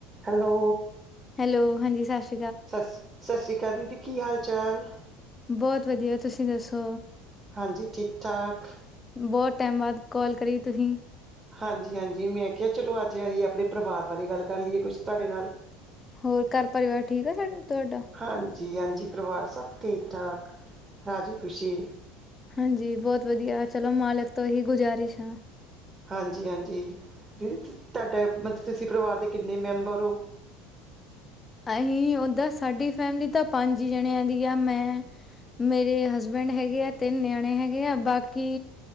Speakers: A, on the right; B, on the left.
A: Hello
B: hello ਹਾਂਜੀ ਸਾਸਰੀ-
A: ਸ ਸਾਸਰੀ ਕਾਲ ਦੀਦੀ ਕੀ ਹਾਲ ਚਾਲ।
B: ਬੋਤ ਵਧੀਆ ਤੁਸੀਂ ਦੱਸੋ।
A: ਹਾਂਜੀ ਠੀਕ ਠਾਕ।
B: ਬੋਤ ਟੈਮ ਬਾਦ ਕੋਲ ਕਰੀ ਤੁਹੀਂ।
A: ਹਾਂਜੀ ਹਾਂਜੀ ਮੈਂ ਕਿਆ ਚਲੋ ਅੱਜ ਅਹੀ ਆਪਣੇ ਪਰਵਾਰ ਬਾਰੇ ਗੱਲ ਕਰ ਲਈਏ ਕੁਛ ਤਾਡੇ ਨਾਲ।
B: ਹੋਰ ਘਰ ਪਰਵਾਰ ਠੀਕ ਆ ਸਾਡ ਤੁਆਡਾ।
A: ਹਾਂਜੀ ਹਾਂਜੀ ਪਰਵਾਰ ਸਭ ਠੀਕ ਠਾਕ- ਰਾਜੀ ਖੁਸ਼ੀ।
B: ਹਾਂਜੀ ਬੋਤ ਵਧੀਆ ਚਲੋ ਮਾਲਕ ਤੋਂ ਏਹੀ ਗੁਜ਼ਾਰਿਸ਼ ਆ।
A: ਹਾਂਜੀ ਹਾਂਜੀ ਦੀ ਤੁਹਾਡਾ ਮਤਲਬ ਤੁਸੀਂ ਪਰਿਵਾਰ ਦੇ ਕਿੰਨੇ ਮੈਂਬਰ ਓ?
B: ਅਸੀਂ ਓਦਾਂ ਸਾਡੀ ਫੈਮਿਲੀ ਤਾਂ ਪੰਜ ਜਣਿਆਂ ਦੀ ਆ ਮੈਂ ਮੇਰੇ ਹਸਬੈਂਡ ਹੈਗੇ ਆ ਤਿੰਨ ਨਿਆਣੇ ਹੈਗੇ ਆ ਬਾਕੀ